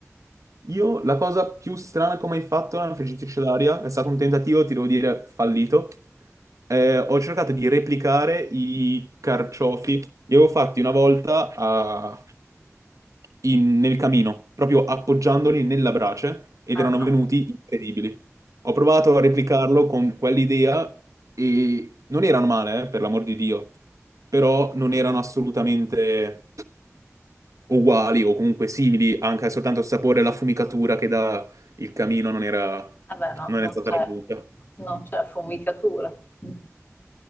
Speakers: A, on the right; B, on the left.
A: Io la cosa più strana che ho mai fatto nella friggitrice d'aria è stato un tentativo, ti devo dire, fallito. Eh, ho cercato di replicare i carciofi. Li avevo fatti una volta a- in- nel camino, proprio appoggiandoli nella brace, ed
B: Ah,
A: erano venuti incredibili. Ho provato a replicarlo con quell'idea e non erano male, eh, per l'amor di Dio, però non erano assolutamente uguali o comunque simili, anche soltanto il sapore e la fumicatura che dà il camino non era,
B: vabbè, no,
A: non
B: non
A: è stata
B: c'è
A: raggiunta.
B: non c'è affumicatura. <laughs>